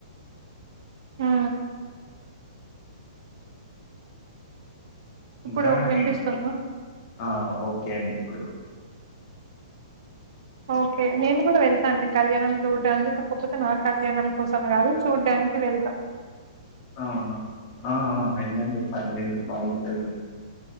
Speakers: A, on the right (about 50°); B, on the left (about 35°).
A: హు ఇప్పుడు
B: ఇంకా
A: వినిపిస్తుందా
B: కే ఆ ఓకే అండి ఇప్పుడు
A: ఓకే నేను కూడా వెళ్తా అండి కళ్యాణంకి చూడ్డానికి కాకపోతే నా కళ్యాణం కోసం కాదు చూడ్డానికి వెళ్తా
B: అవున ఆ వెళ్ళండి పర్లేదు బాగుంటది